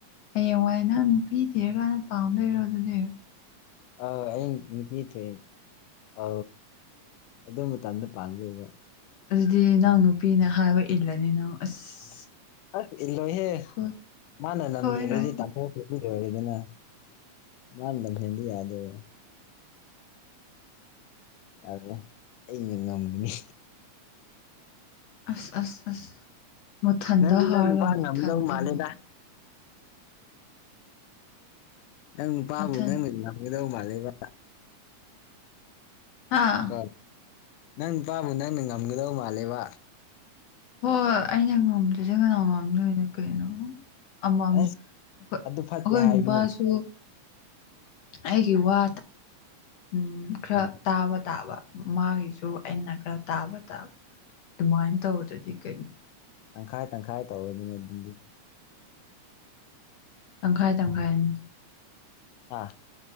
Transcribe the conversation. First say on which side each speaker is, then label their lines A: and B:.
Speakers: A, on the left; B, on the left.
A: ꯍꯌꯦꯡꯋꯥꯏ ꯅꯪ ꯅꯨꯄꯤ ꯊꯤꯔꯀꯥꯟꯗ ꯄꯥꯝ ꯂꯩꯔꯣ ꯑꯗꯨꯗꯤ
B: ꯑ ꯑꯩ ꯅꯨ ꯄꯤ ꯊ ꯑ ꯑꯗꯨ ꯃꯇꯝꯗ ꯄꯥꯡꯗꯣꯏꯕ
A: ꯑꯗꯨꯗꯤ ꯅꯪ ꯅꯨꯄꯤꯅ ꯍꯥꯏꯕ ꯏꯜꯂꯅꯤ ꯅꯪ ꯑꯁ
B: ꯑꯁ ꯏꯂꯣꯍꯦ
A: ꯁꯣꯏ
B: ꯃꯥꯅꯦ ꯅꯝ
A: ꯁꯣꯏꯔꯣꯏ
B: ꯍꯗꯤ
A: ꯑꯗꯨꯗꯤ
B: ꯇꯣ ꯅ ꯃꯥꯅ ꯂꯝ ꯍꯦꯟꯕ ꯌꯥꯗꯣꯏꯕ ꯌꯥꯔꯦ ꯑꯩꯅ ꯉꯝꯒꯅꯤ
A: ꯑꯁ ꯑꯁ ꯑꯁ ꯃꯨꯊꯟꯗ
B: ꯅꯪꯗꯤ
A: ꯍꯥꯔꯒ
B: ꯅꯪ ꯅꯨꯄꯥ
A: ꯃꯨꯊꯟꯗ
B: ꯉꯝꯗꯧ ꯃꯥꯜꯂꯦꯗ
A: ꯅꯣꯛꯏꯅꯦ
B: ꯅꯪ ꯅꯨꯄꯥꯕꯨ
A: ꯃꯊꯟ
B: ꯅꯪꯅ ꯉꯥꯡꯒꯗꯧ ꯃꯥꯜꯂꯦꯕ
A: ꯍꯥꯥ
B: ꯀꯣ ꯅꯪ ꯅꯨꯄꯥꯕꯨ ꯅꯪꯅ ꯉꯝꯒꯗꯧ ꯃꯥꯜꯂꯦꯕ
A: ꯍꯣꯏ ꯑꯩꯅ ꯉꯝꯗꯣꯏꯁꯦ ꯀꯅꯥ ꯉꯝꯗꯣꯏꯅꯣ ꯀꯩꯅꯣ ꯑꯃ ꯑꯃ
B: ꯑꯁ
A: ꯑꯩꯈꯣꯏ
B: ꯑꯗꯨ ꯐꯠꯇꯦ ꯍꯥꯏꯕꯅꯤ
A: ꯅꯨꯄꯥꯁꯨ ꯑꯩꯒꯤ ꯋꯥ ꯎꯝ ꯈꯔ
B: ꯎꯝ
A: ꯇꯥꯕ ꯇꯥꯕ ꯃꯥꯒꯤꯁꯨ ꯑꯩꯅ ꯈꯔ ꯇꯥꯕꯗ ꯑꯗꯨꯃꯥꯏꯅ ꯇꯧꯕꯗꯗꯤ ꯀꯩꯅꯣ
B: ꯇꯪꯈꯥꯏ ꯇꯪꯈꯥꯏ ꯇꯧꯔꯗꯨꯅ ꯑꯗꯨꯗꯤ
A: ꯇꯪꯈꯥꯏ ꯇꯪꯈꯥꯏꯅꯤ
B: ꯑꯥ